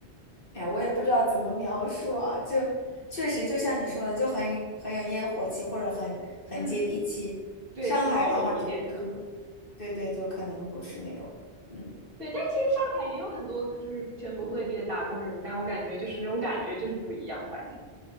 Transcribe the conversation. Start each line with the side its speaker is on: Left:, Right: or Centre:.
Left: 哎呀，我也不知道怎么描述啊，就确实就像你说的，就很很有烟火气，或者很很接地气。
Right: <laughs> 嗯，对，
Left: 上海的话就，
Right: 更包容一点可能。
Left: 就对对，就可能不是那种，嗯，
Right: 对，但其实上海也有很多就是全国各地的打工人，但我感觉就是那种感觉就是不一样，反正。